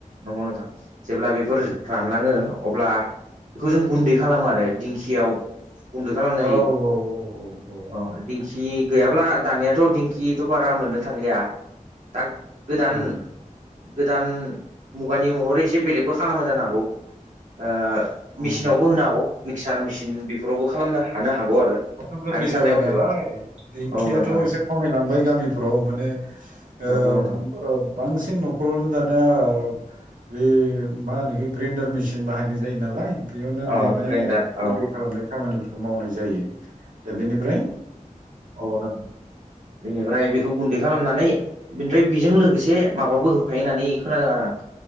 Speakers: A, on the right; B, on the right.
A: नंगौ नोंथां जेब्ला बेफोर
B: उम
A: रा लाङो अब्ला बेखौ जों गुन्दै खालामो आरो दिंखियाव गुन्दै खालामनाय
B: औ
A: जायो।
B: औ औ
A: अ दिंखि गैयाब्ला दानियाथ' दिंखिथ' बारा मोननो थांलिया दा गोदान
B: उम
A: गोदान मुगानि महरै एसे बेलेगबो खालामो जानो हागौ ओ
B: उम
A: मेसिनावबो होनो हागौ मिक्सार मेसिन बेफोरावबो खालामनो हानो हागौ आरो।
B: आथ' गोरलै
A: आंनि साननाय
B: जाबाय
A: मथेबा
B: नालाय दिंखियाथ'
A: औ नोंथां
B: एसे खमायलांबाय गामिफोराव माने
A: नंगौ
B: ओ
A: नोंथां
B: ओ बांसिन न'खरावनो दाना ओ बे मा होनो एखो ग्रेन्डार मेसिन बाहायनाय जायो नालाय। बेयावनो
A: अ
B: देनाय
A: ग्रेन्डार
B: आरिनाय
A: औ
B: गुन्दै खालामनाय खामानिफोरखौ मावनाय जायो दा बेनिफ्राय
A: औ नोंथां बेनिफ्राय बेखौ गुन्दै खालामनानै बेनिफ्राय बेजों लोगोसे माबाबो होफायो होननानै खोनादों आरो आं